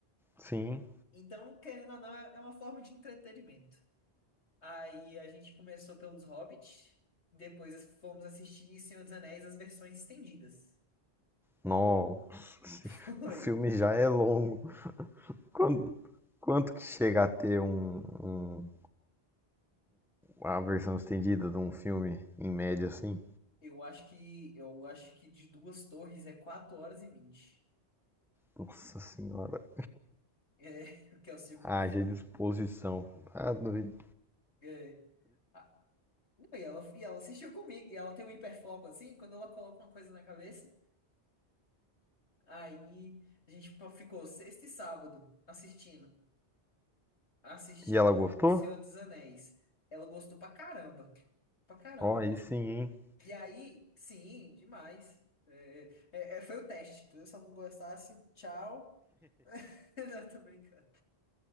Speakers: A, in the centre; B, on the left.
A: Sim,
B: Então, querendo ou não, é é uma forma de entretenimento. Aí a gente começou pelos Hobbits depois fomos assistir Senhor dos Anéis as versões estendidas.
A: nossa, <laughs> sim.
B: <laughs> Foi.
A: o filme já é longo. Quando- quanto que chega a ter um, um- a versão estendida de um filme, em média, assim?
B: Eu acho que eu acho que de Duas Torres é 4 horas e vinte
A: Nossa senhora,
B: É, <laughs> que é o segundo
A: haja
B: filme.
A: disposição. Ah, doido.
B: É. Ah, não, e ela, e ela assistiu comigo, e ela tem um hiperfoco assim, quando ela coloca uma coisa na cabeça, aí a gente pa- ficou sexta e sábado assistindo, assistindo
A: E ela
B: O
A: gostou?
B: Senhor dos Anéis. Ela gostou pra caramba, pra caramba
A: Ó, oh, aí sim, hein?
B: E aí, sim, demais. É, é, é, foi o teste, entendeu? Se eu não gostasse, tchau. <laughs> Não, tô brincando.